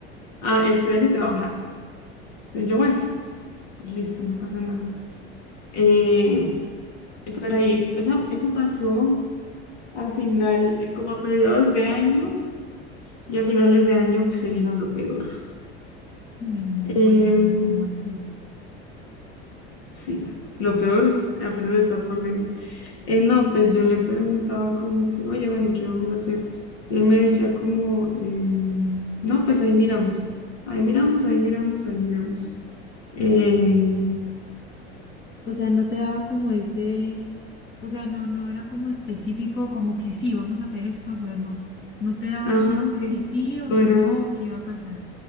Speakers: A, on the left (about 80°); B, on the left (about 35°).
A: a estudiar y trabajar. Entonces yo, bueno, pues listo, no pasa nada. Eh, pero ahí, eso, eso pasó a final, eh, como a mediados de año, y a finales de año pues, se vino lo peor.
B: ay, no
A: Em,
B: cuéntame, como así.
A: sí, lo peor apenas está por venir. Eh, no, pues yo le preguntaba como que, oye, bueno, ¿y qué vamos a hacer? Y él me decía como, em, no, pues ahí miramos, ahí miramos, ahí miramos, ahí miramos. Em,
B: O sea, no te daba como ese O sea, no, no era como específico, como que sí, vamos a hacer esto, o sea, no, no te daba
A: ajá,
B: como ese
A: sí,
B: sí sí o
A: no
B: si
A: era
B: no, o qué iba a pasar.